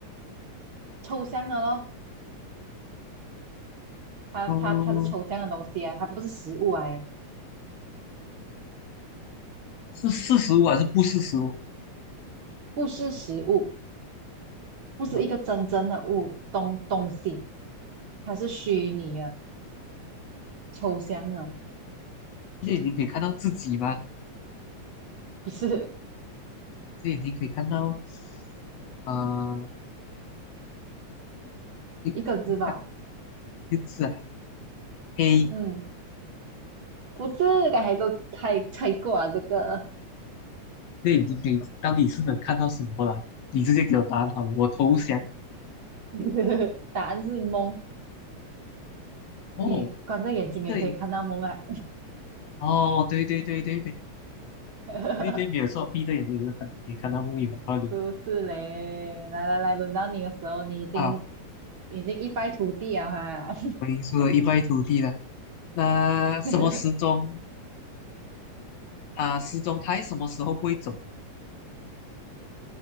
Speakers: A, on the right (about 50°); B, on the left (about 65°).
A: 抽象啊咯，它它它是抽象的东西啊，
B: 嗯，
A: 它不是实物来的，
B: 是四十五还是不四十五？
A: 不是实物，不是一个真正的物东东西，
B: 哇，
A: 它是虚拟的、抽象的，
B: 这眼睛可以看到自己吗？
A: 不是
B: 这眼睛可以看到，呃，你你看，
A: 一个字吧？
B: 就是啊黑，
A: 嗯，不是，刚才都猜猜过了这个
B: 这眼睛可以到底是能看到什么了？你直接给我答案好了，我投降。
A: <laughs>，答案是梦，
B: 哦，
A: 你关着眼睛也可以看到梦啊，
B: 闭着眼睛哦，对对对对对
A: <laughs>
B: 对对，没有错，闭着眼睛也是看可以看到木马道理。
A: 是不是嘞？来来来，轮到你的时候，你已经
B: 啊，
A: 已经一败涂地了哈。
B: 我已经输得一败涂地了。那什么时钟
A: <laughs>
B: 啊？时钟它什么时候不会走？